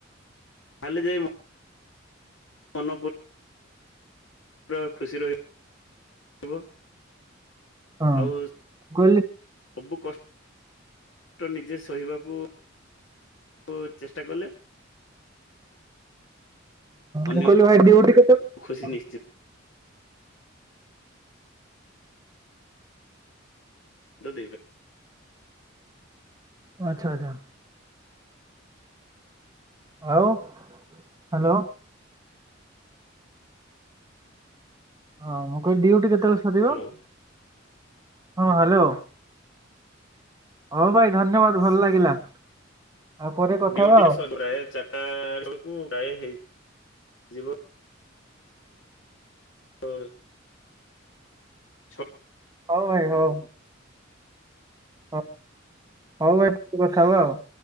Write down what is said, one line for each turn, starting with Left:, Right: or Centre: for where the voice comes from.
Left: ତାହେଲେ ଯାଇ ମୁଁ ମନ ପୁରା ଖୁସି ରହିବ।
Right: ହଁ ମୁଁ
Left: ଆଉ
Right: କହିଲି
Left: ସବୁ କଷ୍ଟ ନିଜେ ସହିବାକୁ କୁ ଚେଷ୍ଟା କଲେ। ଅନ୍ୟକୁ
Right: ମୁଁ କହିଲି ଭାଇ ଦିଉଟି କେତଳେ?
Left: ଖୁସି ନିଶ୍ଚିନ୍ତ ଏବେ
Right: ଆଚ୍ଛା ଆଚ୍ଛା। ଆଉ ହାଲୋ। ହଁ ମୁଁ କହିଲି ଡିଉଟି କେତେବେଳେ ସରିବ
Left: ହ୍ୟାଲୋ
Right: ହଁ ହାଲୋ। ହଁ ଭାଇ ଧନ୍ୟବାଦ ଭଲ ଲାଗିଲା। ଆଉ ପରେ କଥା
Left: ଡ୍ୟୁଟି
Right: ହବା ଆଉ
Left: ସ ପ୍ରାୟ ଚାରିଟା ବେଳକୁ ପ୍ରାୟ ହେଇ ଜିଵ ତ ଛ
Right: ହୋଉ ଭାଇ ହୋଉ ହ ହଉ ଭାଇ କଥା ହବା ଆଉ